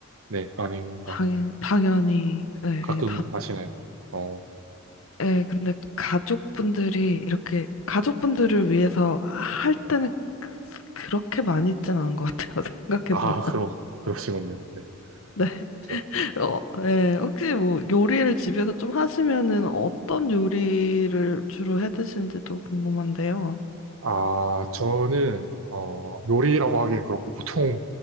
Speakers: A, on the right; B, on the left.
A: 네, 아닌가?
B: 당연, 당연히, 네,
A: 가끔
B: 네,
A: 하시나요? 어,
B: 예, 근데 가족분들이 이렇게 가족분들을 위해서 할 때는 그- 그렇게 많이 있진 않은 것 같아요. <laughs> 생각해보면.
A: 아, <laughs> 그러, 그러시군요. 네,
B: 네.
A: 그렇죠.
B: 어, 예, 혹시 뭐 요리를 집에서 좀 하시면은 어떤 요리를 주로 해 드시는지도 궁금한데요.
A: 아, 저는, 어, 요리라고 하기엔 그렇고, 보통